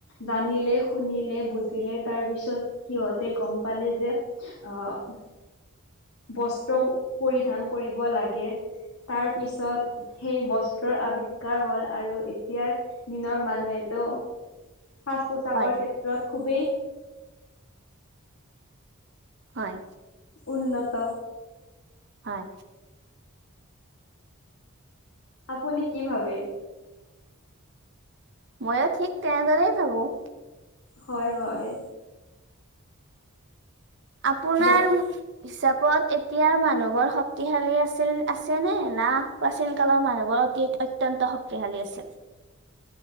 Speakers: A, on the left (about 75°); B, on the right (about 55°).
A: জানিলে শুনিলে বুজিলে তাৰ পিছত সিহঁতে গ'ম পালে যে অ', বস্ত্ৰ পৰিধান কৰিব লাগে। তাৰ পিছত সেই বস্ত্ৰৰ আৱিষ্কাৰ হ'ল আৰু এতিয়াৰ দিনৰ মানুহেতো সাজ-পোছাকৰ
B: হয়
A: ক্ষেত্ৰত খুবেই
B: হয়।
A: উন্নত।
B: হয়।
A: আপুনি কি ভাবে?
B: মইও ঠিক তেনেদৰেই ভাবো।
A: হয়, হয়।
B: আপোনাৰ
A: ব
B: - হিচাপত এতিয়াৰ মানুহবোৰ শক্তিশালী আছিল আছে নে না - প্ৰাচীন কালৰ মানুহবোৰ অতি অত্যন্ত শক্তিশালী আছিল?